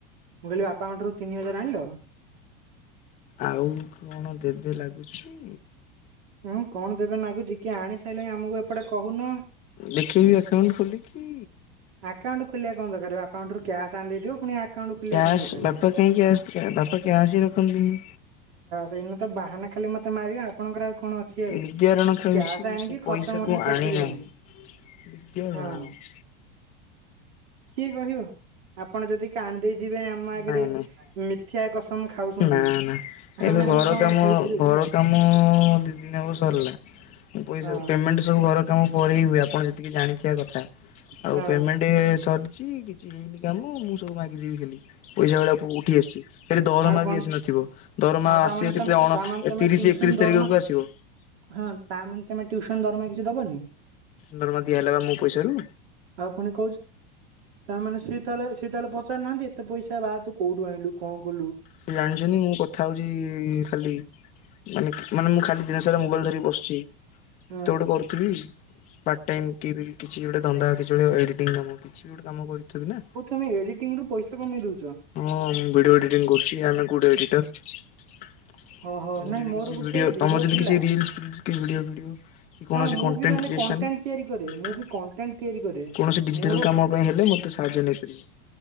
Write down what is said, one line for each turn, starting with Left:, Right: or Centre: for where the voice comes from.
Right: ମୁଁ କହିଲି ବାପାଙ୍କ ଠାରୁ ତିନି ହଜାର ଆଣିଲ।
Left: ଆଉ କଣ ଦେବେ ଲାଗୁଛି।
Right: ହୁଁ କଣ ଦେବେ ନାଗୁଜ କିି ଆଣି ସାରିଲେଣି ଆମକୁ ଏପଟେ କହୁନ।
Left: ଦେଖିବି ଆକାଉଣ୍ଟ ଖୋଲିକି
Right: ଆକାଉଣ୍ଟ ଖୋଲିବା କଣ ଦରକାର ବାପାଙ୍କ ଠାରୁ ଆକାଉଣ୍ଟରୁ କ୍ୟାସ୍ ଆଣିଥିବ ପୁଣି। ଆକାଉଣ୍ଟ ଖୋଲିବା
Left: କ୍ୟାସ୍
Right: କଣ ଦରକାର
Left: ବାପା କାହିଁ କ୍ୟାସ୍ ବାପା କ୍ୟାସ୍ ହି ରଖନ୍ତିନି।
Right: ସେଇନାତ ବାହାନା ତ ଖାଲି ମତେ ମାରିବା ଆପଣଙ୍କର ଆଉ କଣ ଅଛି ଅଛି ଆଉ
Left: ବିଦ୍ୟାରଣ ଖେଳୁଛି
Right: କ୍ୟାସ ଆଣିକି
Left: ସେ
Right: ଖର୍ଚ
Left: ପଇସାକୁ
Right: ମର୍ଚା କରିସାରିବନି
Left: ଆଣି ନାହିଁ। ବିଦ୍ୟା ବାଣ
Right: ହଁ।
Left: ନାଇଁ
Right: କିଏ କହିବ। ଆପଣ ଯଦି କାନ୍ଦି ଥିବେ ଆମ ଆଗରେ
Left: ନାଇଁ
Right: ମିଥ୍ୟା କସମ ଖାଉଛନ୍ତି।
Left: ନା ନା। ଏବେ
Right: ଆମେ
Left: ଘର
Right: ଆଉ କଣ
Left: କାମ
Right: କହିପାରିବୁ?
Left: ଘର କାମ ଦୁଇ ଦିନ ହେବ ସରିଲା। ମୁ ପଇସା
Right: ହଁ
Left: ପେମେଣ୍ଟ ସବୁ ଘର କାମ ପରେ ହୁଏ। ଆପଣ ଯେ, ଟିକେ ଜାଣି କଥା। ଆଉ
Right: ହଁ
Left: ପେମେଣ୍ଟ ଗୋଟେ ସରିଛି କିଛି ହେଇନି କାମ ମୁଁ ସବୁ ମାଗିଦେବି ଖାଲି ପଇସା ଗୁଡା କଣ ଉଠି ଆସିଛି? ଖାଲି ଦରମା
Right: ଆଉ କଣ
Left: ବି ଆସି ନଥିବ। ଦରମା
Right: ଆଉ ତାମାନେ
Left: ଆସିବ କେତେ
Right: ତମେ
Left: ଅଣ
Right: ତାମାନେ ତମେ
Left: ତିରିଶ
Right: ଟିଉସନ
Left: ଏକତିରିଶ
Right: ଦରମା
Left: ତାରିଖକୁ ଆସିବ।
Right: ହଁ ତା ମାନେ ତମେ ଟ୍ୟୁସନ ଦରମା କିଛି ଦବନି?
Left: ଦରମା ବା ଦିଆ ହେଲା ବା ମୋ ପଇସାରୁ।
Right: ଆଉ ପୁଣି କହୁଛ ତା ମାନେ ସିଏ ସିଏ ତାହେଲେ ସେ ତାହେଲେ ପଚାରୁିହାନ୍ତି ଏତେ ପଇସ ବା ତୁ କୋଉଠୁ ଆଣିଲୁ କଣ କଲୁ?
Left: ସେ ଜାଣିଛନ୍ତି ମୁଁ କଥା ହଉଛି ଖାଲି ମାନେ ମାନେ ମୁଁ ଖାଲି ଦିନ ସାରା ମୋବାଇଲ ଧରି ବସିଛି। କିଛିତ
Right: ହଁ
Left: ଗୋଟେ କରୁଥିବି। ପାର୍ଟ ଟାଇମ୍ କିଏ ବି କିଛି ଗୋଟେ ଧନ୍ଦା କିଛି ଗୋଟେ ଏଡ଼ିଟିଂ କାମ କିଛି ବି ଗୋଟେ କାମ କରିଥିବି ନା,
Right: ହଉ ତୁମେ ଏଡିଟିଂ ରୁ ପଇସା କମେଇ ଦଉଛ?
Left: ହଁ ମୁଁ ଭିଡିଓ ଏଡିଟିଂ କରୁଛି। ଆମେ ଗୁଡ଼ ଏଡିଟର। ତମର
Right: ହଁ ହଁ ନାଇଁ
Left: ଯଦି
Right: ମୋର
Left: କିଛି
Right: ଗୋଟେ
Left: ଭିଡିଓ ତମ ଯଦି
Right: ଥିଲା।
Left: କିଛି ରିଲସ ଭିଡିଓ <unintelligible> କୌଣସି
Right: ହଁ ମୁଁ
Left: କଣ୍ଟେଣ୍ଟ୍ରସ
Right: ବି ମାନେ କଣ୍ଟେଣ୍ଟ
Left: <unintelligible>
Right: ତିଆରି କରେ ମୁଁ ବି କଣ୍ଟେଣ୍ଟ ତିଆରି କରେ।
Left: କୌଣସି ଡିଜିଟାଲ
Right: ମୋର
Left: କାମ ପାଇଁ ହେଲେ ମତେ ସାହାଯ୍ୟ ନେଇପାରିବ।